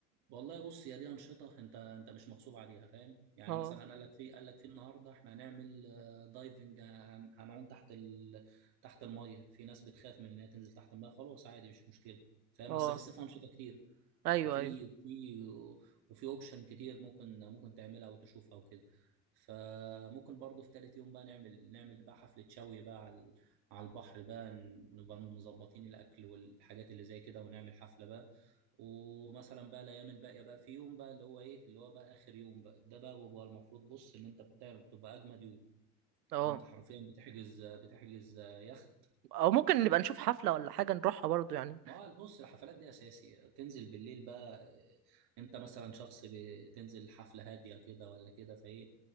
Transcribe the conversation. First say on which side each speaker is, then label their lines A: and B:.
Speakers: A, on the right; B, on the right.
A: والله بص هي دي انشطه انت انت مش مغصوب عليها فاهم يعني
B: اه
A: مثلا قال لك في قال لك في النهارده احنا هنعمل آه، دايفنج هن- هنعوم تحت ال... تحت الميه في ناس بتخاف من ان هي تنزل تحت الميه خلاص عادي مش مشكله فاهم
B: اه
A: اصل لسه في انشطه كتير
B: ايوه
A: وفي
B: ايوه
A: وفي وفي اوبشن كتير ممكن ممكن تعملها وتشوفها وكده فممكن برضو في تالت يوم بقى نعمل نعمل بقى حفلة شوي بقى على على البحر بقى ن- نبقى مظبطين الأكل والحاجات اللي زي كده ونعمل حفلة بقى ومثلا بقى الأيام الباقية بقى في يوم بقى اللي هو إيه اللي هو بقى آخر يوم بقى ده بقى بيبقى المفروض بص إن أنت بتعمل بتبقى أجمد يوم
B: اه
A: إن أنت حرفيا بتحجز بتحجز يخت
B: او ممكن نبقى نشوف حفله ولا حاجه نروحها برضو يعني
A: ما هو بص الحفلات دي اساسي تنزل بالليل بقى آه، انت مثلا شخص بتنزل حفله هاديه كده ولا كده فايه